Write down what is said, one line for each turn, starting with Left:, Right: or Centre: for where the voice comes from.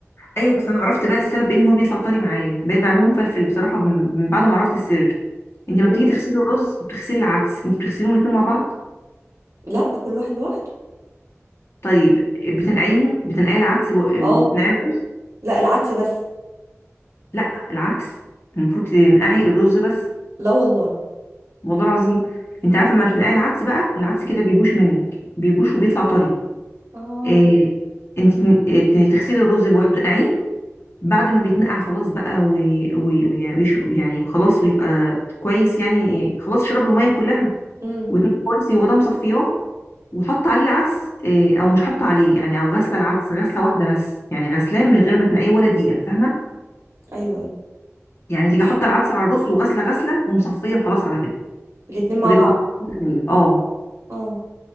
Left: ايوه بس انا عرفت بقى السبب ان هو بيطلع طري معايا بقيت بعمله مفلفل بصراحه من من بعد ما عرفت السر انت
Right: مم.
Left: ما بتيجي تغسلي الرز بتغسلي العدس انت بتغسليهم الاثنين مع بعض
Right: لا كل واحد لوحده
Left: طيب بتنقعيهم بتنقعي العدس الو-
Right: اه
Left: وبتنقعي الرز
Right: لا العدس بس
Left: لا العكس المفروض تنقعي الرز بس
Right: لا والله
Left: والله العظيم انت عارفه ما بتنقعي العدس بقى العدس كده بيبوش منك بيبوش وبيطلع طري
Right: اه
Left: إيه انت تن- إيه، تن- تغسلي الرز لوحده تنقعيه بعد ما بيتنقع خلاص بقى و- و- ويعني ويش- يعني وخلاص ويبقى كويس يعني إيه، خلاص شرب الميه كلها
Right: امم
Left: وتنقع كويس وغدا مصفياه وحط عليه العدس إيه، او مش حط عليه يعني او غسله العدس غسله واحده بس يعني غسلان من غير ما تنقعيه ولا دقيقه فاهمه
Right: ايوه ايوه
Left: يعني تيجي حاطه العدس على الرز وغسله غسله ومصفيه وخلاص على كده
Right: الاتنين مع
Left: وتيجي
Right: بعض
Left: حاطاهم في الحله <laughs> اه
Right: اه